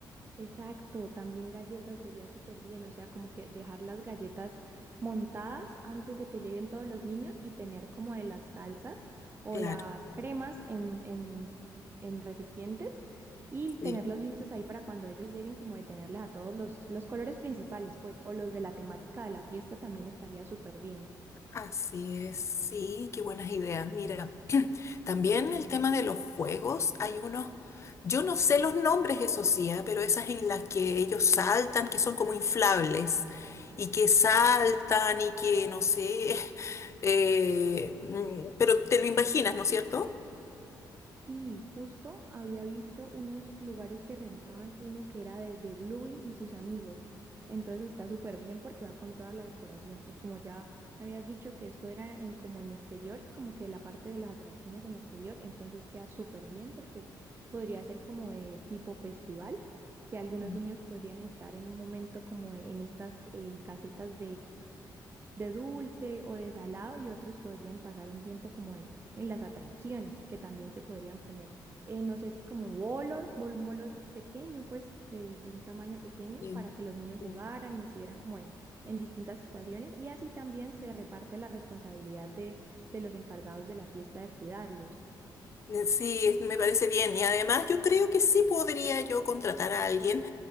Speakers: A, on the right; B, on the left.
A: Exacto, también galletas sería súper bien, o sea, como que dejar las galletas montadas antes de que lleguen todos los niños y tener como de las salsas o
B: Claro,
A: las cremas en, en, en recipientes y
B: sí.
A: tenerlos listos ahí para cuando ellos lleguen, como de tenerles a todos los, los colores principales, pues, o los de la temática de la fiesta también estaría súper bien.
B: Así es, sí, qué buenas ideas. Mira, también el tema de los juegos, hay unos, yo no sé los nombres, eso sí, ah, pero esas en las que ellos saltan, que son como inflables, y que saltan y que, no sé, <laughs> eh, mm, pero te lo imaginas, ¿no es cierto?
A: Sí, justo había visto unos lugares que rentaban uno que era de, de Bluey y sus amigos. Entonces está súper bien porque va con toda la decoración. Y como ya me habías dicho que esto era en como en exterior, como que la parte de las atracciones en exterior, entonces queda súper bien porque podría ser como de tipo festival, que algunos
B: Mm,
A: niños podrían estar en un momento como en estas eh, casetas de dulce o de salado y otros podrían pasar un tiempo como de- en las atracciones, que también se podrían poner, eh, no sé si como bolos, bol- un bolo pequeño, pues de, de un tamaño pequeño
B: Sí,
A: para que los niños
B: sí.
A: jugaran y estuvieran como de- en distintas estaciones y así también se reparte la responsabilidad de, de los encargados de la fiesta de cuidarlos.
B: Eh, Sí, es- me parece bien. Y además yo creo que sí podría yo contratar a alguien